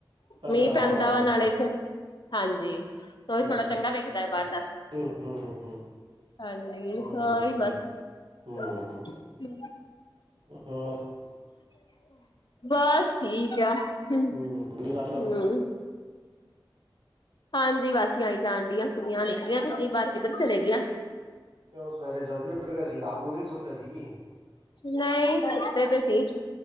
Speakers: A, on the left; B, on the right.
A: ਮੀਂਹ
B: ਤਾਂ ਹਰਾ
A: ਪੈਂਦਾ
B: ਭਰਾ ਹੋ ਜਾਂਦਾ
A: ਵਾ ਨਾਲੇ
B: ਸਾਰਾ
A: ਫਿਰ ਹਾਂਜੀ ਉਹੀ
B: ਹੂੰ
A: ਥੋੜਾ ਚੰਗਾ ਵੇਖਦਾ ਹੈ ਬਾਹਰ ਦਾ,
B: ਹੂੰ ਹੂੰ ਹੂੰ ਹੂੰ
A: ਹਾਂਜੀ
B: ਨਹੀਂ
A: ਅਹੀ
B: ਵਧੀਆ
A: ਬਸ,
B: ਹੂੰ
A: <inaudible>
B: ਹੋਰ
A: ਬਸ ਠੀਕ ਆ ਹੁ,
B: ਹੂੰ ਨੀਂਦ ਆ ਰਹੀ ਤੁਹਾਨੂੰ
A: ਹੂੰ। ਹਾਂਜੀ ਵਾਸੀਆ ਆਈ ਜਾਣ ਡੀਆਂ ਕੁੜੀਆਂ ਨਿਕਲੀਆਂ ਤੇ ਅ ਬਾਹਰ ਕਿੱਧਰ ਚਲੇ ਗੲੇ ਆ।
B: ਤੇ ਸਵੇਰੇ ਜਲਦੀ ਉੱਠ ਗਿਆ ਸੀ ਰਾਤ ਨੂੰ ਨੀ ਸੁੱਤੇ ਸੀਗੀ।
A: ਨਈ ਸੁਤੇ ਤੇ ਸੀ।